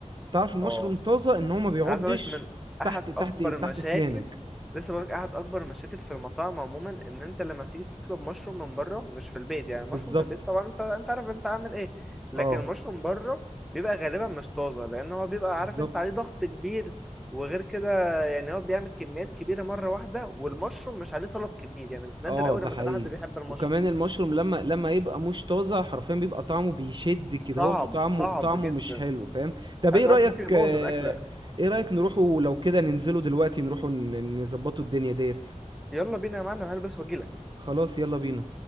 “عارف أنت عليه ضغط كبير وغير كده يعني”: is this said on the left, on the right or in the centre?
Centre